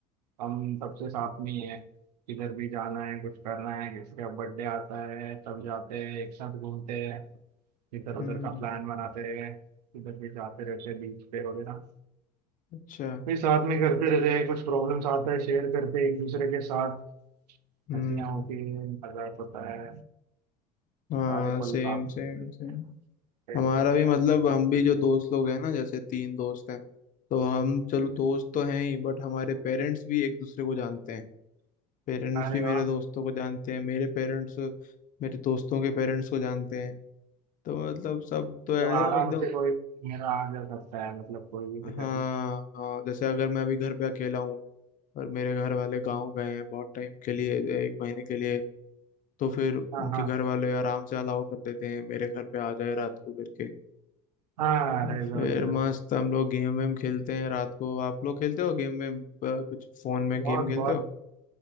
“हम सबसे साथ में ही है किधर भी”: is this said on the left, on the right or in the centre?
Right